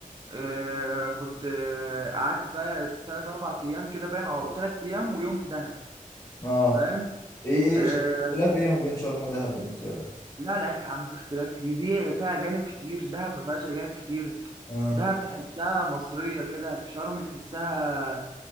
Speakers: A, on the right (about 30°); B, on the left (about 30°).
A: آه كنت آه قعدت بقى تلات أربع أيام كده باين أو تلات أيام ويوم في دهب
B: اه
A: فاهم
B: ايه ايه
A: آه
B: ش- الاختلاف ايه ما بين شرم ودهب بالنسبة لك
A: لا لا يا عم في اختلاف كتير دي فيها أجانب كتير دهب ما فيهاش أجانب كتير
B: آه.
A: دهب تحسها مصرية كده شرم تحسها